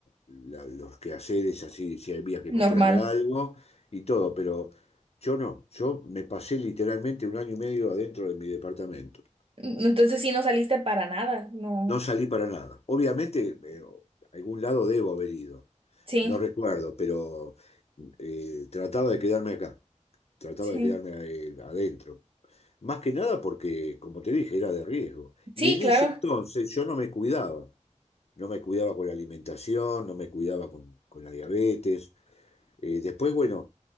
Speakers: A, on the left; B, on the right.
A: la- los quehaceres, así, si había que
B: normal.
A: comprar algo y todo, pero yo no. Yo me pasé literalmente un año y medio adentro de mi departamento.
B: Entonces sí no saliste para nada, no.
A: No salí para nada. Obviamente, eh, a algún lado debo haber ido.
B: Sí,
A: No recuerdo, pero eh, trataba de quedarme acá, trataba
B: sí.
A: de quedarme eh, adentro. Más que nada porque, como te dije, era de riesgo.
B: Sí,
A: Y en
B: claro.
A: ese entonces yo no me cuidaba. No me cuidaba con la alimentación, no me cuidaba con, con la diabetes. Eh, después, bueno,